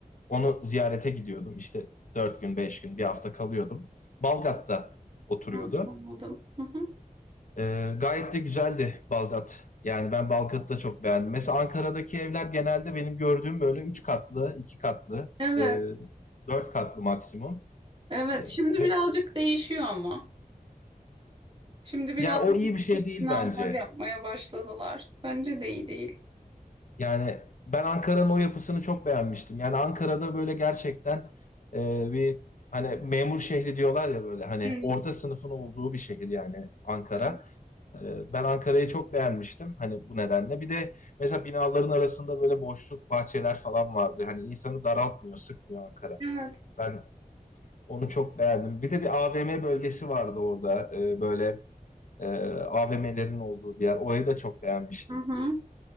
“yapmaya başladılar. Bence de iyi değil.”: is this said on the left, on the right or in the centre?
Right